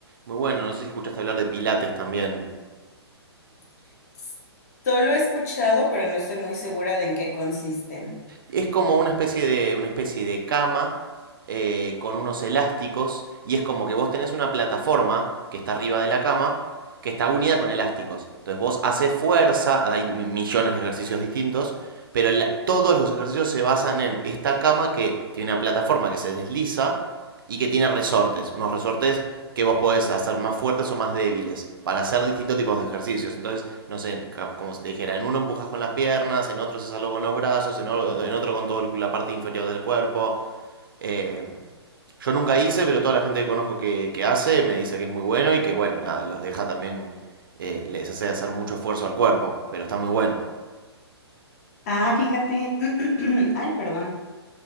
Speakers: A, on the right; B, on the left.
A: muy bueno. No sé si escuchaste hablar de Pilates también.
B: <clears throat> Solo he escuchado, pero no estoy muy segura de en qué consisten.
A: Es como una especie de, una especie de cama eh, con unos elásticos y es como que vos tenés una plataforma que está arriba de la cama que está unida con elásticos. Entonces vos haces fuerza, hay mi- millones de ejercicios distintos, pero la- todos los ejercicios se basan en esta cama que tiene una plataforma que se desliza y que tiene resortes, unos resortes que vos podés hacer más fuertes o más débiles para hacer distintos tipos de ejercicios. Entonces no sé, cap- como si te dijera, en uno empujas con las piernas, en otro haces algo con los brazos, en, o- en otro con toda la parte inferior del cuerpo. eh, yo nunca hice, pero toda la gente que conozco que, que hace me dice que es muy bueno y que, bueno, nada, los deja también, eh, les hace hacer mucho esfuerzo al cuerpo, pero está muy bueno.
B: Ah, fíjate, <clears throat> Ay, perdón.